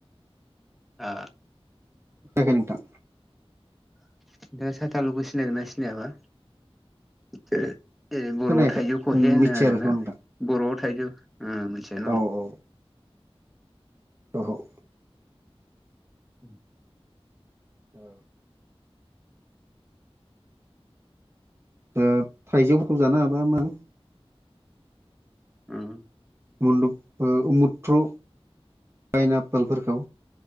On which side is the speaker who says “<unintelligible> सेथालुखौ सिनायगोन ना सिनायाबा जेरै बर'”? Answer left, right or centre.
Centre